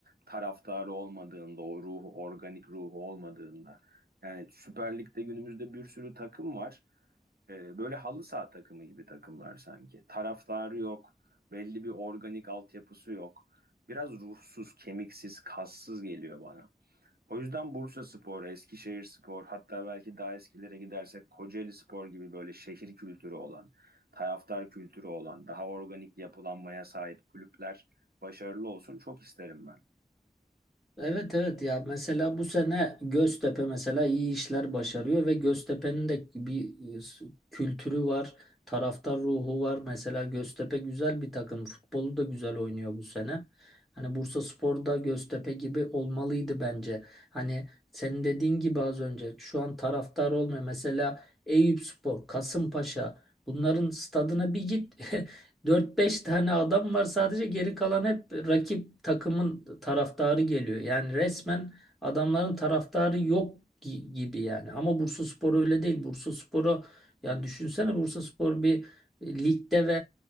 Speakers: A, on the right; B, in the centre.
A: Taraftarı olmadığında, o ruhu, organik ruhu olmadığında. Yani Süper Lig'de günümüzde bir sürü takım var. Ee, böyle halı saha takımı gibi takımlar sanki. Taraftarı yok, belli bir organik altyapısı yok. Biraz ruhsuz, kemiksiz, kassız geliyor bana. O yüzden Bursaspor, Eskişehirspor, hatta belki daha eskilere gidersek Kocaelispor gibi böyle şehir kültürü olan, taraftar kültürü olan, daha organik yapılanmaya sahip kulüpler başarılı olsun çok isterim ben.
B: Evet evet ya mesela bu sene Göztepe mesela iyi işler başarıyor ve Göztepe'nin de bir e, s- kültürü var, taraftar ruhu var. Mesela Göztepe güzel bir takım, futbolu da güzel oynuyor bu sene. Hani Bursaspor da Göztepe gibi olmalıydı bence. Hani senin dediğin gibi az önce şu an taraftar olmuyor. Mesela Eyüpspor, Kasımpaşa bunların stadına bir git <laughs> Dört beş tane adam var sadece geri kalan hep rakip takımın taraftarı geliyor. Yani resmen adamların taraftarı yok gi- gibi yani. Ama Bursaspor öyle değil. Bursaspor'u yani düşünsene Bursaspor bir e, ligde ve